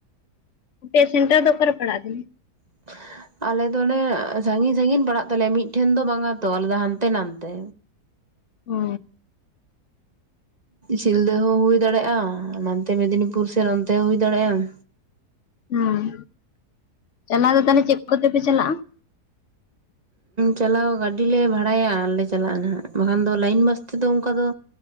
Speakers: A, on the left; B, on the right.
A: ᱟᱯᱮᱭᱟᱜ ᱯᱮᱥᱴᱟᱨ ᱫᱚ ᱚᱠᱟᱨᱮ ᱯᱟᱲᱟ ᱠᱟᱱᱟ
B: <unintelligible> ᱟᱞᱮ ᱫᱚ ᱚᱱᱮ ᱥᱟᱺᱜᱤᱧ ᱥᱟᱺᱜᱤᱧ ᱯᱟᱲᱟᱜ ᱛᱟᱞᱮᱭᱟ ᱢᱤᱫᱴᱷᱮᱱ ᱫᱚ ᱵᱟᱝᱟ ᱛᱚ ᱟᱞᱮᱫ ᱫᱚ ᱦᱟᱱᱛᱮ ᱱᱟᱸᱛᱮ
A: ᱦᱩ
B: ᱥᱤᱞᱫᱟᱹ ᱦᱚᱸ ᱦᱩᱭ ᱫᱟᱲᱮᱭᱟᱜᱼᱟ ᱱᱟᱟᱱᱛᱮ ᱢᱮᱫᱽᱱᱤᱯᱩᱨ ᱥᱮᱱ ᱚᱱᱛᱮ ᱦᱚᱸ ᱦᱩᱭ ᱫᱟᱲᱮᱭᱟᱜᱼᱟ᱾
A: ᱦᱚᱭᱸ ᱪᱟᱞᱟᱣ ᱫᱚ ᱛᱟᱦᱚᱞᱮ ᱪᱮᱫ ᱠᱚᱛᱮᱯᱮ ᱪᱟᱞᱟᱜᱼᱟ
B: ᱪᱟᱞᱟᱣ ᱜᱟᱹᱰᱤᱞᱮ ᱵᱷᱟᱲᱟᱭᱟ ᱟᱨᱞᱮ ᱪᱟᱞᱟᱜᱼᱟ ᱱᱟᱦᱟᱜ ᱵᱟᱠᱷᱟᱱ ᱫᱚ ᱞᱟᱭᱤᱱ ᱵᱟᱥ ᱛᱮᱫᱚ ᱚᱱᱠᱟ ᱫᱚ